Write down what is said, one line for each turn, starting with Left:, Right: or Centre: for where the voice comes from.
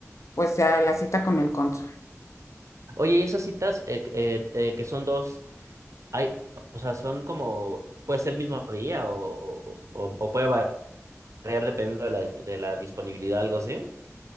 Left: pues, ya la cita con el cónsul.
Right: Oye, y esas citas eh, eh, eh, que son dos. Hay, o sea, son como, pues el mismo día o, o, o- o puede variar dependiendo de la, de la disponibilidad, algo así.